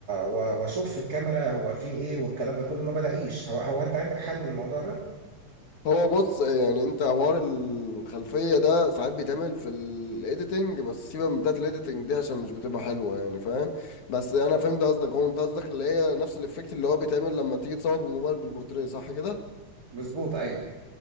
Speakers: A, on the right (about 30°); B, on the left (about 65°).
A: و- واشوف في الكاميرا هو في ايه والكلام ده كله ما بلاقيش هو هو انت عندك حل للموضوع ده
B: هو بص يعني انت حوار الخلفيه ده ساعات بيتعمل في الايديتنج بس سيبك من بتاعت الايديتنج دي عشان مش بتبقى حلوه يعني فاهم بس انا فهمت قصدك هو انت قصدك اللي هي نفس الافكت اللي هو بيتعمل لما تيجي تصور بالموبايل بالبورتريه صح كده
A: مظبوط ايوه